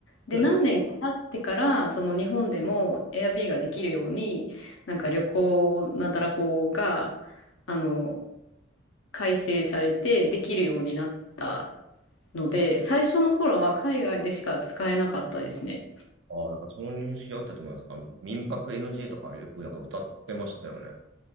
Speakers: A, on the left; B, on the right.
A: で、
B: そうですね。
A: 何年か経ってから、その日本でも Airbnb ができるように、なんか旅行なんたら法が、あの、改正されてできるようになったので、最初の頃は海外でしか使えなかったですね。
B: あ、なんかその認識あったと思います。なんか民泊 NG とかよくなんか歌ってましたよね。